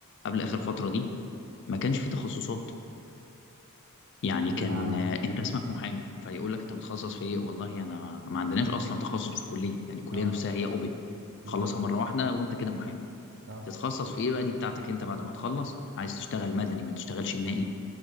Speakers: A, on the left; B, on the right.
A: قبل آخر فترة دي ما كانش فيه تخصصات يعني
B: بمعنى
A: كان آه، انت اسمك محامي فيقول لك انت متخصص في ايه والله انا ما ما عندناش اصلا تخصص في الكليه يعني الكليه
B: اه
A: نفسها هي اوبت
B: بالظبط
A: تخلصها مره واحده وانت كده محامي
B: اه
A: تتخصص في ايه بقى دي بتاعتك انت بعد ما تخلص عايز تشتغل مدني ما تشتغلش جنائي